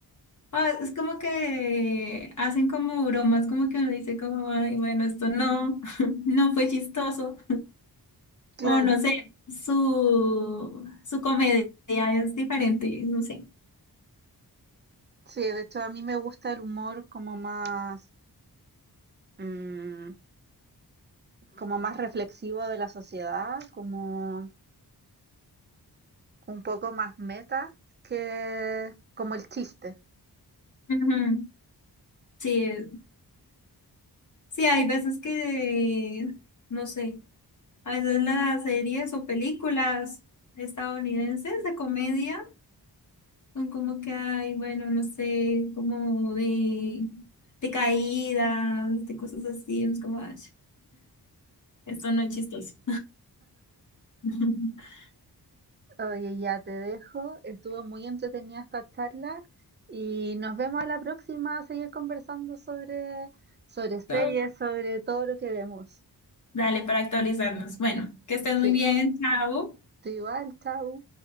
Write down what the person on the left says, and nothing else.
Ah, es como que hacen como bromas, como que uno dice como, ay, bueno, esto no, <laughs> no fue chistoso.
O no sé, su, su comedia es diferente, no sé.
Ujú. Sí, es- sí, hay veces que, no sé, a veces las series o películas estadounidenses de comedia. Son como que hay, bueno, no sé, como de, de caídas, de cosas así. Es como, ay, esto no es chistoso. <laughs>
So,
Dale, para actualizarnos. Bueno, que estén muy
bien. Chao.